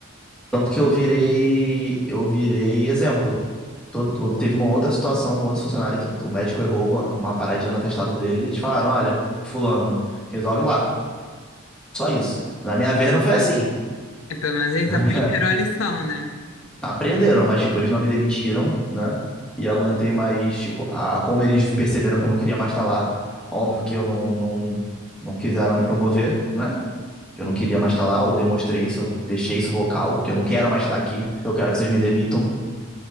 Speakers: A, in the centre; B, on the left (about 80°).
A: Tanto que eu virei, eu virei exemplo. Todo- teve uma outra situação com outro funcionário que o médico errou com uma, uma paradinha no atestado dele. E eles falaram, olha, fulano, resolve lá. Só isso. Na minha vez não foi assim.
B: É, pelo menos eles
A: Na
B: aprenderam
A: minha,
B: a lição, né?
A: Aprenderam, mas, tipo, eles não me demitiram, né? E eu aguentei mais, tipo, a, como eles perceberam que eu não queria mais estar lá, óbvio que eu não, não, não quiseram me promover, né? Que eu não queria mais estar lá, eu demonstrei isso, eu deixei isso vocal, que eu não quero mais estar aqui, eu quero que vocês me demitam.